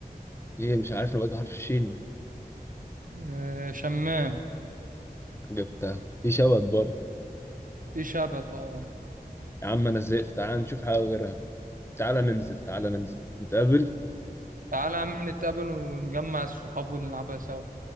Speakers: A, on the left; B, on the right.
A: إيه مش عارف نبات بحرف الشين
B: آه شمام
A: جبتها في شبت برضه
B: في شبت اه
A: يا عم أنا زهقت تعال نشوف حاجة غيرها تعال ننزل تعال ننزل نتقابل
B: تعالى يا عم نتقابل ونجمع الصحاب ونلعبها سوا